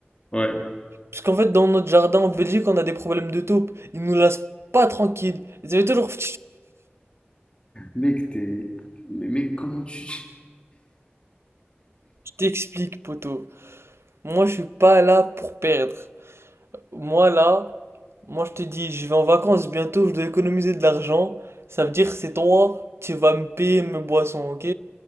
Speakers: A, on the left; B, on the right.
A: Ouais.
B: Parce qu'en fait, dans notre jardin en Belgique, on a des problèmes de taupes. Ils nous laissent pas tranquilles. Ils avaient toujours. Je
A: Mec, t'es. Mais mec, comment tu.
B: t'explique, poteau. Moi, je suis pas là pour perdre. Moi, là, moi, je te dis, je vais en vacances bientôt, je dois économiser de l'argent. Ça veut dire, c'est toi, tu vas me payer mes boissons, ok?